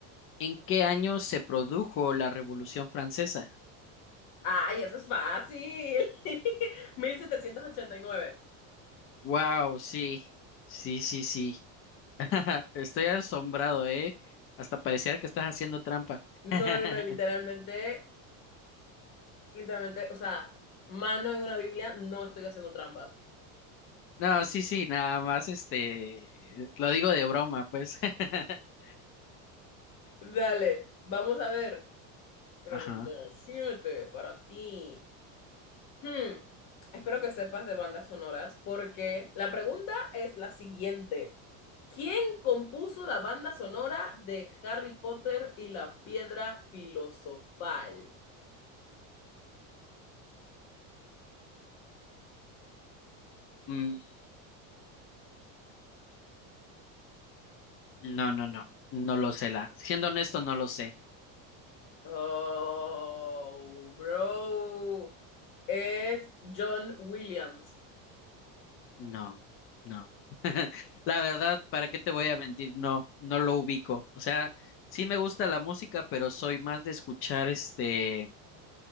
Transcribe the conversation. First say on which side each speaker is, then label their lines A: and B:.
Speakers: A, on the left (about 35°); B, on the left (about 50°).
A: ¿en qué año se produjo la Revolución Francesa?
B: ¡Ay, eso es fácil! <laughs> 1789.
A: Wow, sí, sí, sí, sí. <laughs> Estoy asombrado, ¿eh? Hasta pareciera que estás haciendo trampa.
B: No,
A: <laughs>
B: no, no, literalmente, literalmente, o sea, mano en una Biblia, no estoy haciendo trampa.
A: No, sí, sí, nada más, este, lo digo de broma, pues. <laughs>
B: Dale, vamos a ver. Pregunto
A: Ajá.
B: siete para ti. Hmm, Espero que sepas de bandas sonoras porque la pregunta es la siguiente. ¿Quién compuso la banda sonora de Harry Potter y la piedra filosofal?
A: Mm, no, no, no, no, no lo sé, la. Siendo honesto, no lo sé.
B: Oh, bro. Es John Williams.
A: No, no. <laughs> La verdad, ¿para qué te voy a mentir? No, no lo ubico. O sea, sí me gusta la música, pero soy más de escuchar este,